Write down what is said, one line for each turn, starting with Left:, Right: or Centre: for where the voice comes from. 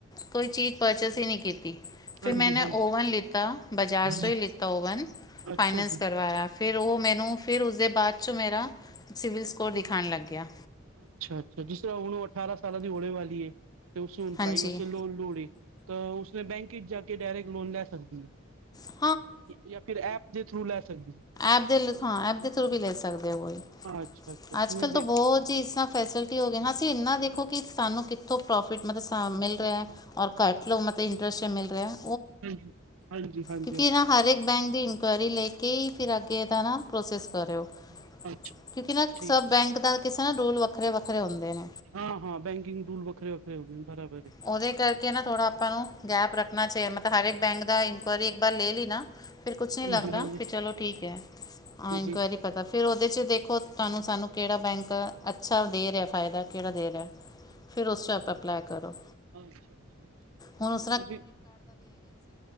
Left: ਕੋਈ ਚੀਜ਼ ਪਰਚੇਸ ਹੀ ਨਹੀਂ ਕੀਤੀ, ਫਿਰ
Right: ਹਾਂਜੀ
Left: ਮੈਨੇ
Right: ਹਾਂਜੀ
Left: ਓਵਨ ਲੀ ਤਾਂ ਬਜਾਜ
Right: ਹਾਂਜੀ
Left: ਤੋਂ ਹੀ ਲਿਤਾ ਓਵਨ
Right: ਅੱਛਾ
Left: ਫਾਈਨਸ
Right: ਜੀ
Left: ਕਰਵਾਇਆ, ਫਿਰ ਉਹ ਮੈਨੂੰ ਫਿਰ ਉਸਦੇ ਬਾਅਦ ਉਸ 'ਚ ਮੇਰਾ ਸਿਵਲ ਸਕੋਰ ਦਿਖਾਉਣ ਲੱਗ ਗਿਆ।
Right: ਅੱਛਾ-ਅੱਛਾ, ਜਿਸ ਤਰ੍ਹਾਂ ਹੁਣ ਔ ਅਠਾਰਾਂ ਸਾਲਾਂ ਦੀ ਹੋਨੇ ਵਾਲੀ ਹੈ। ਤੇ ਉਸ ਹੁਣ ਪੜ੍ਹਾਈ
Left: ਹਾਂਜੀ।
Right: ਵੈਸੇ ਲੋਨ ਲੋੜ ਲਈ, ਤਾਂ ਉਸਨੇ ਬੈਂਕ ਵਿੱਚ ਜਾ ਕੇ ਡਾਇਰੈਕਟ ਲੋਨ ਲੈ ਸਕਦੀ ਐ।
Left: ਹ।
Right: ਜਾਂ ਫਿਰ ਐਪ ਦੇ ਥਰੂ ਲੈ ਸਕਦੀ ਹੈ।
Left: ਐਪ ਦੇ ਲਾਂ ਹਾਂ ਐਪ ਦੇ ਥਰੂ ਵੀ ਲੈ ਸਕਦੇ ਹੋ, ਕੋਈ
Right: ਹੈ ਅੱਛਾ ਅੱਛਾ
Left: ਅੱਜ-ਕੱਲ
Right: ਮੈਂ
Left: ਤਾਂ
Right: ਦੇਖ
Left: ਬਹੁਤ ਜੀ ਇਸ ਫੈਸਿਲਟੀ ਹੋਗੀ, ਅਸੀਂ ਇੰਨਾ ਦੇਖੋ ਕਿ ਸਾਨੂੰ ਕਿਥ ਜਿਥੋਂ ਪ੍ਰੋਫਿਟ ਮਤਲਬ ਨੁਕਸਾਨ ਮਿਲ ਰਿਹਾ ਹੈ, ਔਰ ਘੱਟ ਲੋਨਾ ਤੇ ਮਤਲਬ ਇੰਟਰਸਟ ਮਿਲ ਰਿਹਾ ਹੈ।
Right: ਹਾਂਜੀ-ਹਾਂਜੀ-ਹਾਂਜੀ।
Left: ਕਿਉਂਕਿ ਇਹਨਾਂ ਹਰੇਕ ਬੈਂਕ ਦੀ ਇਨਕੁਆਇਰੀ ਲਈ ਕੇ ਫਿਰ ਅੱਗੇ ਇਹਦਾ ਨਾ ਪ੍ਰੋਸੈਸ ਕਰਿਓ,
Right: ਅੱਛਾ, ਅੱਛਾ
Left: ਕਿਉਂਕਿ
Right: ਅੱਛਾ
Left: ਨਾ
Right: ਠੀਕ
Left: ਸਭ ਬੈਂਕ ਦਾ ਸਾਰੇ ਰੂਲ ਵੱਖਰੇ-ਵੱਖਰੇ ਹੁੰਦੇ ਨੇ।
Right: ਹਾਂ-ਹਾਂ ਬੈਂਕਿੰਗ ਟੂਲ ਵੱਖਰੇ-ਵੱਖਰੇ ਹੋ ਗਏ ਨੇ। ਬਰਾਬਰ ਏ।
Left: ਉਹਦੇ ਕਰਕੇ ਨਾ ਥੋੜਾ ਆਪਾਂ ਨੂੰ ਗੈਪ ਰੱਖਣਾ ਚਾਹੀਦਾ, ਮਤਲਬ ਹਰੇਕ ਬੈਂਕ ਦਾ ਇਨਕ ਵਾਰੀ ਇੱਕ ਬਾਰ ਲੈ ਲੀ ਨਾ। ਫਿਰ ਕੁਛ
Right: ਹਾਂਜੀ,
Left: ਨਹੀਂ ਲੱਗਦਾ
Right: ਹਾਂਜੀ,
Left: ਵੀ ਚਲੋ ਠੀਕ ਹੈ, ਆ
Right: ਹਾਂਜੀ
Left: ਇਨਕੁਆਇਰੀ ਪਤਾ ਫਿਰ ਉਹਦੇ 'ਚ ਦੇਖੋ ਤੁਹਾਨੂੰ ਸਾਨੂੰ ਕਿਹੜਾ ਬੈਂਕ ਅੱਛਾ ਦੇ ਰਿਹਾ ਫਾਇਦਾ ਕਿਹੜਾ ਦੇ ਰਿਹਾ, ਫਿਰ ਉਸ 'ਚ ਆਪਾਂ ਅਪਲਾਈ ਕਰੋ।
Right: ਅੱਛਾ-ਅੱਛਾ,
Left: ਹੁਣ ਉਸ
Right: ਅੱ